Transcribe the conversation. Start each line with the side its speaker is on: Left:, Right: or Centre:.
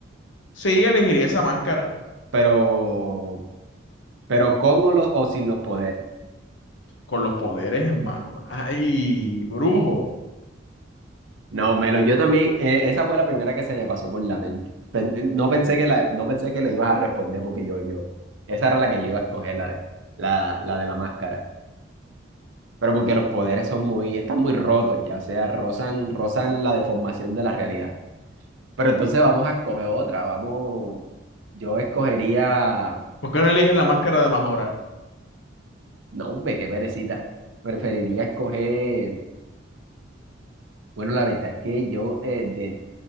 Left: Sí, elegiría esa máscara.
Right: pero, pero con o, lo- o sin los poderes.
Left: Con los poderes en mano. Ay, brujo.
Right: No, Melo, yo también, eh, esa fue la primera que se me pasó por la mente. Pen- eh, no pensé que la, no pensé que le ibas a responder porque yo, yo, esa era la que yo iba a escoger, la de la, la de la máscara. Pero porque los poderes son muy, están muy rotos ya, o sea, rozan, rozan la deformación de la realidad. Pero entonces vamos a escoger otra, vamos, yo escogería,
Left: ¿Por qué no eliges la máscara de Majora?
Right: no, hombre, qué perecita. Preferiría escoger, bueno, la verdad es que yo eh, de,